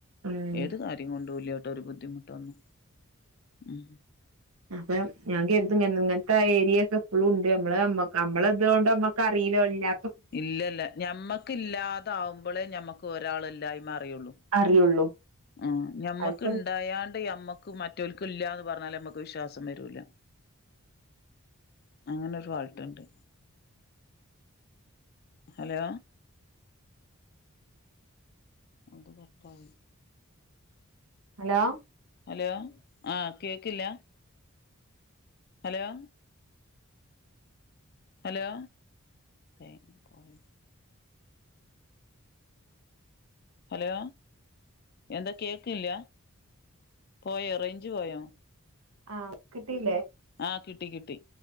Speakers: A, on the right (about 85°); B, on the left (about 45°).
A: ഉം
B: ഏത് കയ ണ്ട്ലോട്ട് ഒരു ബുദ്ധിമുട്ട് വന്നു ഉ
A: അപ്പൊ ഞാ ഇ ഇങ്ങനത്തെ ആ ഏരിയൊക്കെ എപ്പോഴും ഉണ്ട് നമ്മള്മ്മ നമ്മളെത കൊണ്ട്മ്മ കറിയിലോ ഇല്ലാ
B: ഇല്ലല്ല ഞമ്മക്ക് ഇല്ലാതാവുമ്പോളേ ഞമ്മക്ക് ഒരാളെല്ലായ്മേ അറിയുള്ളൂ
A: അറിയുള്ളൂ
B: ആ ഞമ്മക്ക്
A: അയ്പ്പം
B: ഇണ്ടായാണ്ട് മ്മക്ക് മറ്റൊക്കും ഇല്ലന്ന് പറഞ്ഞാല്മ്മക്ക് വിശ്വാസം വരൂല അങ്ങനൊരു ഫാൾട്ടുണ്ട് ഹലോ അത് കട്ടായി
A: ഹലോ
B: ഹലോ ആഹ കേക്കില്ല ഹലോ ഹലോ ഏ പോയ ഹലോ എന്താ കേക്കില്ല പോയ റേഞ്ച് പോയോ
A: ആഹ് കിട്ടില്ലേ
B: ആ കിട്ടി കിട്ടി